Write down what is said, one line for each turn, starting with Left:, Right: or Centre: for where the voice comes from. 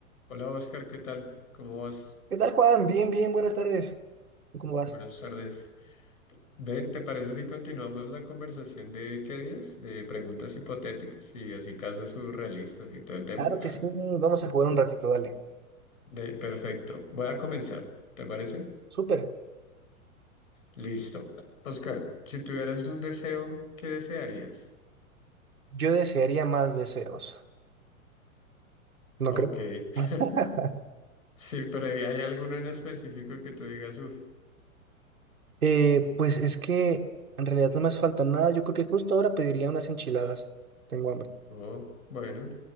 Left: Hola Oscar, ¿qué tal? ¿Cómo vas?
Right: ¿Qué tal, Juan? Bien, bien, buenas tardes. ¿Tú cómo vas?
Left: Buenas tardes. Ven, ¿te parece si continuamos la conversación de qué días? De preguntas hipotéticas y así casos surrealistas y todo el tema.
Right: Claro que sí, vamos a jugar un ratito, dale.
Left: De, perfecto. Voy a comenzar, ¿te parece?
Right: Súper.
Left: Listo. Oscar, si tuvieras un deseo, ¿qué desearías?
Right: Yo desearía más deseos. ¿No
Left: Ok.
Right: crees? <laughs>
Left: <laughs> Sí, pero ¿hay hay alguno en específico que tú digas, uff,
Right: Eh, pues es que en realidad no me hace falta nada. Yo creo que justo ahora pediría unas enchiladas. Tengo hambre.
Left: oh, bueno,